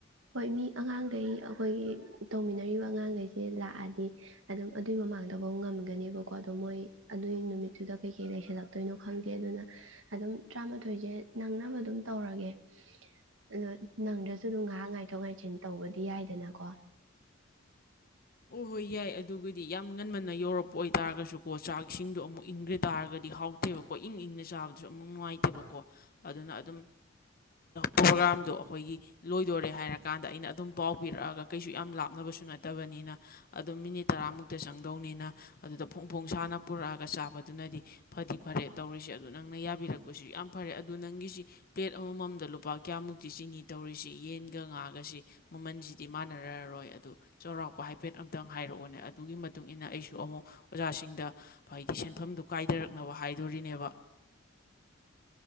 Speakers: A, on the right (about 70°); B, on the left (about 45°).
A: ꯍꯣꯏ ꯃꯤ ꯑꯉꯥꯡꯈꯩ ꯑꯩꯈꯣꯏꯒꯤ ꯇꯧꯃꯤꯟꯅꯔꯤꯕ ꯑꯉꯥꯡꯈꯩꯁꯦ ꯂꯥꯛꯑꯗꯤ ꯑꯗꯨꯝ ꯑꯗꯨꯏ ꯃꯃꯥꯡꯗꯐꯥꯎ ꯉꯝꯒꯅꯦꯕꯀꯣ ꯑꯗꯣ ꯃꯣꯏ ꯑꯗꯨꯏ ꯅꯨꯃꯤꯠꯇꯨꯗ ꯀꯩꯀꯩ ꯂꯩꯁꯜꯂꯛꯇꯣꯏꯅꯣ ꯈꯪꯗꯦ ꯑꯗꯨꯅ ꯑꯗꯨꯝ ꯇꯔꯥꯃꯥꯊꯣꯏꯁꯦ ꯅꯪꯅ ꯆꯅꯕ ꯑꯗꯨꯝ ꯇꯧꯔꯒꯦ ꯑꯗꯣ ꯅꯪꯗ꯭ꯔꯁꯨ ꯑꯗꯨꯝ ꯉꯥꯏꯍꯥꯛ ꯉꯥꯏꯊꯣꯛ ꯉꯥꯏꯁꯤꯟ ꯇꯧꯕꯗꯤ ꯌꯥꯏꯗꯅꯀꯣ
B: ꯑꯣ ꯍꯣꯏ ꯌꯥꯏ ꯑꯗꯨꯒꯗꯤ ꯌꯥꯝ ꯉꯟꯃꯟꯅ ꯌꯧꯔꯛꯄ ꯑꯣꯏꯇꯥꯥꯔꯒꯁꯨꯀꯣ ꯆꯥꯛ ꯏꯁꯤꯡꯗꯣ ꯑꯃꯨꯛ ꯏꯪꯈ꯭ꯔꯦ ꯇꯥꯔꯒꯗꯤ ꯍꯥꯎꯇꯦꯕꯀꯣ ꯏꯪ ꯏꯪꯅ ꯆꯥꯕꯗꯁꯨ ꯑꯃꯨꯛ ꯅꯨꯡꯉꯥꯏꯇꯦꯕꯀꯣ ꯑꯗꯨꯅ ꯑꯗꯨꯝ ꯄ꯭ꯔꯣꯒ꯭ꯔꯥꯝꯗꯣ ꯑꯩꯈꯣꯏꯒꯤ ꯂꯣꯏꯗꯣꯔꯦ ꯍꯥꯏꯔꯀꯥꯟꯗ ꯑꯩꯅ ꯑꯗꯨꯝ ꯄꯥꯎ ꯄꯤꯔꯛꯑꯒ ꯀꯩꯁꯨ ꯌꯥꯝ ꯂꯥꯞꯅꯕꯁꯨ ꯅꯠꯇꯕꯅꯤꯅ ꯑꯗꯨꯝ ꯃꯤꯅꯤꯠ ꯇꯔꯥꯃꯨꯛꯇ ꯆꯪꯗꯧꯅꯤꯅ ꯑꯗꯨꯗ ꯐꯣꯡ ꯐꯣꯡ ꯁꯥꯅ ꯄꯨꯔꯛꯑꯒ ꯆꯥꯕꯗꯨꯅꯗꯤ ꯐꯗꯤ ꯐꯔꯦ ꯇꯧꯔꯤꯁꯤ ꯑꯗꯨ ꯅꯪꯅ ꯌꯥꯕꯤꯔꯛꯄꯁꯨ ꯌꯥꯝ ꯐꯔꯦ ꯑꯗꯨ ꯅꯪꯒꯤꯁꯤ ꯄ꯭ꯂꯦꯠ ꯑꯃꯃꯝꯗ ꯂꯨꯄꯥ ꯀꯌꯥꯃꯨꯛꯇꯤ ꯆꯤꯅꯤ ꯇꯧꯔꯤꯁꯤ ꯌꯦꯟꯒ ꯉꯥꯒꯁꯤ ꯃꯃꯜꯁꯤꯗꯤ ꯃꯥꯟꯅꯔꯔꯣꯏ ꯑꯗꯨ ꯆꯥꯎꯔꯥꯛꯄ ꯍꯥꯏꯕ ꯍꯥꯏꯐꯦꯠ ꯑꯝꯇꯪ ꯍꯥꯏꯔꯛꯑꯣꯅꯦ ꯑꯗꯨꯒꯤ ꯃꯇꯨꯡ ꯃꯇꯨꯡꯏꯟꯅ ꯑꯩꯁꯨ ꯑꯃꯨꯛ ꯑꯣꯖꯥꯁꯤꯡꯗ ꯍꯥꯏꯗꯤ ꯁꯦꯟꯐꯝꯗꯨ ꯀꯥꯏꯊꯔꯛꯅꯕ ꯍꯥꯏꯗꯣꯔꯤꯅꯦꯕ